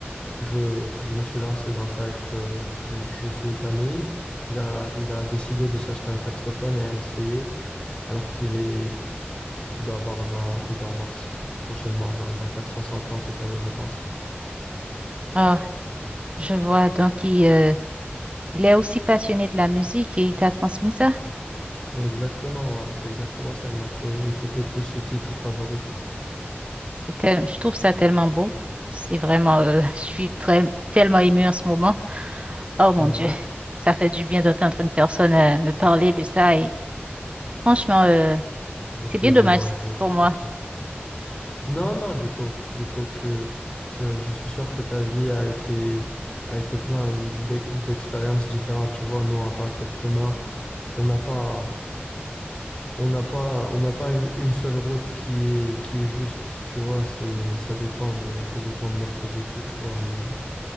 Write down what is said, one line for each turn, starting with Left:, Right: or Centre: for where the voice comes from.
Left: que je que je me suis lancé dans ça et que je que je, je suis épanoui, il a il a décidé de s'acheter un saxophone et a essayé, alors qu'il est il doit avoir dans il doit avoir s- prochainement, genre il va faire 60 ans cette année, je pense.
Right: Ah, je vois. Donc, il, euh, il est aussi passionné de la musique et il t'a transmis ça.
Left: Exactement, ouais, c'est exactement ça. Il m'a fait écouter tous ses titres favoris.
Right: C'est tel- Je trouve ça tellement beau. C'est vraiment, euh, <laughs> je suis très, tellement émue en ce moment. Oh mon
Left: Ouais,
Right: Dieu, <laughs> ça fait du bien d'entendre une personne euh, me parler de ça et franchement, euh,
Left: le
Right: c'est
Left: plaisir,
Right: bien dommage
Left: ouais, je, je
Right: pour
Left: te
Right: moi.
Left: comprends. Non, non, du tout, du tout. Tu, je, je suis sûr que ta vie a été, a été plein d'e- d'expériences différentes. Tu vois, nous, en tant qu'êtres humains, on n'a pas, on n'a pas, on n'a pas une, une seule route qui est, qui est juste. Tu vois, c'est, ça dépend de, ça dépend de notre vécu. Tu vois, mais